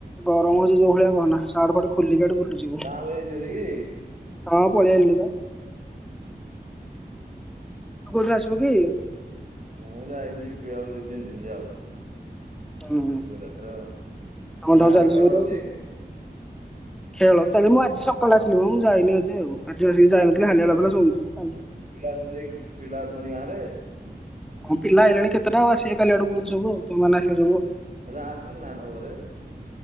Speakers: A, in the centre; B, on the right.
A: ଗରମ ହଉଛି ଯୋଉ ଭଳିଆ କହନା ସାର୍ଟ ଫାର୍ଟ ଖୋଲିକି ଇଆଡ଼େ ବୁଲୁଚି ବ
B: ଗାଁଆକୁ ଯାଇଚୁ ହେରିକି?
A: ହଁ ପଳି ଆଇଲିଣି ପା, ତୁ କୋଉ ଦିନ ଆସିବୁ କି?
B: ମୁଁ ଯାଇନି ଯିବି ଆଉ ଦିଇ ତିିନି ଦିନ ଯାଉ।
A: ହୁଁ
B: ଜିବିନି ଏଥରେ ଆଉ,
A: କାମ ଦାମ
B: ଗାଁରେ
A: ଚାଲିଛି
B: ଖେଳ
A: ଜୋରେ
B: ହଉଚି?
A: ଆଜି ଖେଳ ଚାଲିଲି ମୁଁ ଆଜି ସକାଳେ ଆସିଲି, ମୁଁ ଯାଇନି ଆଜି ଆଉ, ଆଜି ଆସିକି ଯାଇନଥିଲି ହାଲିଆ ଲାଗୁଥିଲା ଶୋଉଚି।
B: ପିଲା ଅଛନ୍ତି, ପିଲା ଅଛନ୍ତି ଗାଁରେ?
A: ହଁ ପିଲା ଆଇଲେଣି କେତେଟା ଆଉ ଆସିବେ କାଲି ଆଡ଼କୁ ସବୁ ଆଉ, ତମେମାନେ ଆସିବ ସବୁ।
B: ଗାଁରେ ଟୁର୍ନାମେଣ୍ଟ ହବରେ।